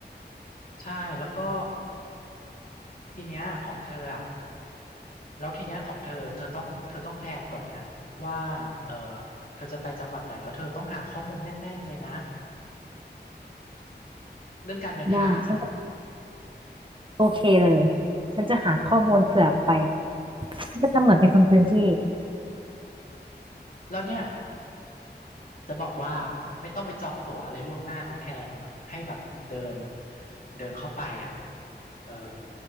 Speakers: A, on the left (about 50°); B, on the right (about 30°).
A: ใช่แล้วก็ทีเนี้ยของเธออ่ะแล้วทีเนี้ยของเธอเธอต้องเธอต้องแพลนก่อนนะว่าเออเธอจะไปจังหวัดไหนแล้วเธอต้องหาข้อมูลแน่นๆเลยนะเรื่องการเดินทางอ่ะ
B: ได้ฉันจะโอเคเลย ฉันจะหาข้อมูลเผื่อไป
A: อืม
B: ฉันจะทำเหมือนเป็นคนพื้นที่
A: แล้วเนี่ย จะบอกว่าไม่ต้องไปจองตั๋วอะไรล่วงหน้านะแพงให้แบบเดินเดินเข้าไปอ่ะเออ